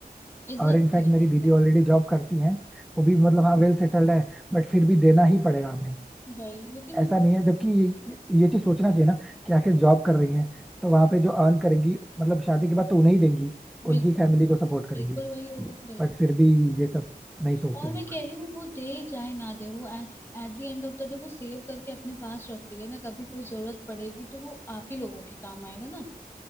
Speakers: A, on the left (about 15°); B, in the centre.
A: इज्जत
B: और इनफैक्ट
A: ये
B: मेरी
A: करते
B: दीदी ऑलरेडी जॉब करती हैं वो भी मतलब हाँ वेल सेटल्ड है बट फिर भी देना ही पड़ेगा हमें
A: हैं वही लेकिन
B: ऐसा नहीं है जबकि ये, ये चीज सोचना चाहिए ना कि आखिर जॉब कर रही हैं तो वहां पे जो अर्न करेंगी मतलब शादी के बाद तो उन्हें ही देंगी
A: बिल्कुल
B: उनकी फैमिली को सपोर्ट करेंगी
A: बिल्कुल वही होगा बिल्कुल
B: बट फिर भी ये सब नहीं सोचते
A: और
B: लोग
A: मैं कह रही हूँ वो दे चाहे ना दे वो at at the end of the day वो सेव करके अपने पास रख रही है ना कभी कोई जरूरत पड़ेगी तो वो आप ही लोगों के काम आएगा ना